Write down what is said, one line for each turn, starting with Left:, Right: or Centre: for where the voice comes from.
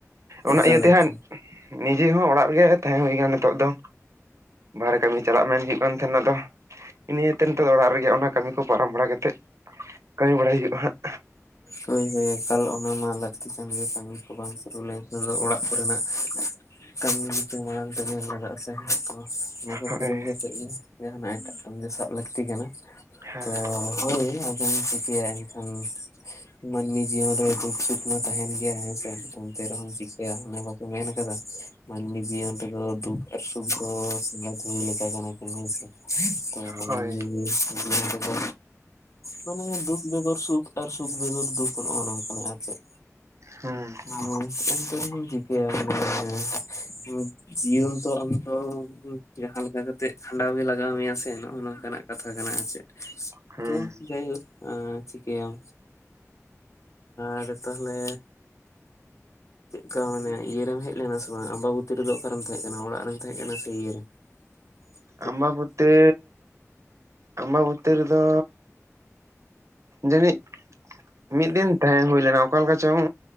Right: ᱚᱱᱟ
Left: ᱮᱠᱟᱞ
Right: ᱤᱭᱟᱹᱛᱮ
Left: ᱮᱠᱟᱞ
Right: ᱦᱟᱸᱜ ᱱᱤᱡᱮ ᱦᱚᱸ ᱚᱲᱟᱜ ᱨᱮᱜᱮ ᱛᱟᱦᱮᱸ ᱦᱩᱭ ᱠᱟᱱᱟ ᱱᱤᱛᱚᱜ ᱫᱚ ᱵᱟᱦᱨᱮ ᱠᱟᱹᱢᱤ ᱪᱟᱞᱟᱜ ᱢᱮᱱ ᱦᱳᱭᱳᱜ ᱠᱟᱱ ᱛᱟᱦᱮᱸᱱᱟ ᱟᱫᱚ ᱱᱤᱭᱟᱹᱛᱮ ᱱᱤᱛᱚᱜ ᱫᱚ ᱚᱲᱟᱜ ᱨᱮᱜᱮ ᱚᱱᱟ ᱠᱟᱹᱢᱤ ᱠᱚ ᱯᱟᱨᱚᱢ ᱵᱟᱲᱟ ᱠᱟᱛᱮᱫ ᱠᱟᱹᱢᱤ ᱵᱟᱲᱟᱭ ᱦᱩᱭᱩᱜᱼᱟ ᱦᱟᱸᱜ
Left: ᱦᱳᱭ ᱦᱳᱭ ᱮᱠᱟᱞ ᱚᱱᱟ ᱢᱟ ᱞᱟᱹᱠᱛᱤ ᱠᱟᱱ ᱜᱮ ᱠᱟᱹᱢᱤ ᱠᱚ ᱵᱟᱝ ᱯᱩᱨᱟᱹᱣ ᱞᱮᱱᱠᱷᱟᱱ ᱫᱚ ᱚᱲᱟᱜ ᱠᱚᱨᱮᱱᱟᱜ ᱠᱟᱹᱢᱤ ᱫᱚ ᱢᱟᱲᱟᱝ ᱛᱮᱜᱮ ᱞᱟᱜᱟᱜ ᱚᱱᱟ ᱠᱚ
Right: ᱦᱳᱭ
Left: ᱯᱩᱨᱟᱹᱣ ᱠᱟᱛᱮ ᱜᱮ ᱡᱟᱦᱟᱱᱟᱜ ᱮᱴᱟᱜ ᱠᱟᱹᱢᱤ ᱨᱮ ᱥᱟᱵ ᱞᱟᱹᱠᱛᱤ ᱠᱟᱱᱟ
Right: ᱦᱮᱸ
Left: ᱛᱚ ᱦᱳᱭ ᱟᱫᱚᱢ ᱪᱤᱠᱟᱹᱭᱟ ᱮᱱᱠᱷᱟᱱ ᱢᱟᱹᱱᱢᱤ ᱡᱤᱭᱚᱱ ᱨᱮ ᱫᱩᱠ ᱥᱩᱠᱷ ᱢᱟ ᱛᱟᱦᱮᱱ ᱜᱮᱭᱟ ᱦᱮᱸᱥᱮ ᱮᱱᱛᱮ ᱨᱮᱦᱚᱸ ᱪᱤᱠᱟᱹᱭ ᱟᱢ ᱚᱱᱮ ᱵᱟᱠᱚ ᱢᱮᱱ ᱠᱟᱫᱟ ᱢᱟᱹᱱᱢᱤ ᱡᱤᱭᱚᱱ ᱨᱮᱫᱚ ᱫᱩᱠᱷ ᱟᱨ ᱥᱩᱠ ᱫᱚ <unintelligible> ᱜᱮ ᱛᱟᱦᱮᱱᱟ ᱞᱮᱠᱟ ᱠᱟᱱᱟ ᱠᱤᱱ ᱦᱮᱸ ᱥᱮ ᱛᱚ ᱢᱟᱹᱱᱢᱤ
Right: ᱦᱳᱭ
Left: ᱡᱤᱭᱚᱱ ᱨᱮᱫᱚ ᱢᱟᱱᱮ ᱫᱩᱠ ᱵᱮᱜᱚᱨ ᱥᱩᱠ ᱟᱨ ᱥᱩᱠ ᱵᱮᱜᱚᱨ ᱫᱩᱠ ᱱᱚᱜᱼᱚ ᱱᱚᱝᱠᱟᱱ-ᱟ ᱟᱨ ᱪᱮᱫ᱾
Right: ᱦᱩᱸ
Left: ᱦᱚᱭ ᱮᱱᱛᱮ ᱨᱮᱦᱚᱢ ᱪᱤᱠᱟᱹᱭᱟ ᱞᱟᱹᱭ ᱢᱮ ᱡᱤᱭᱚᱱ ᱛᱚ ᱟᱢ ᱛᱚ ᱡᱟᱦᱟᱸ ᱞᱮᱠᱟ ᱠᱟᱛᱮᱜ ᱠᱷᱟᱸᱰᱟᱣ ᱜᱮ ᱞᱟᱜᱟᱣ ᱢᱮᱭᱟ ᱥᱮ ᱱᱚᱜᱼᱚᱭ ᱱᱚᱝᱠᱟᱱᱟᱜ ᱠᱟᱛᱷᱟ ᱠᱟᱱᱟ ᱟᱨ ᱪᱮᱫ
Right: ᱦᱩᱸ
Left: ᱛᱚ ᱡᱟᱭᱦᱳᱠ ᱪᱤᱠᱟᱹᱭᱟᱢ ᱟᱨ ᱛᱟᱦᱞᱮ ᱚᱱᱠᱟ ᱢᱟᱱᱮ ᱤᱭᱟ ᱨᱮᱢ ᱦᱮᱡ ᱞᱮᱱᱟ ᱥᱮ ᱵᱟᱝ ᱟᱢᱵᱟᱵᱚᱛᱤ ᱨᱮᱫᱚ ᱚᱠᱟᱨᱮᱢ ᱛᱟᱦᱮᱸ ᱠᱟᱱᱟ ᱚᱲᱟᱜ ᱨᱮᱢ ᱛᱟᱦᱮᱸ ᱠᱟᱱᱟ ᱥᱮ ᱤᱭᱟ ᱨᱮ? <inaudible>
Right: ᱟᱢᱵᱟᱵᱚᱛᱤ ᱟᱢᱵᱟᱵᱚᱛᱤ ᱨᱮ ᱫᱚ ᱡᱟᱹᱱᱤᱡ ᱢᱤᱫ ᱫᱤᱱ ᱛᱟᱦᱮᱸ ᱦᱩᱭᱞᱱᱟ ᱚᱠᱟ ᱞᱮᱠᱟ ᱪᱚᱝ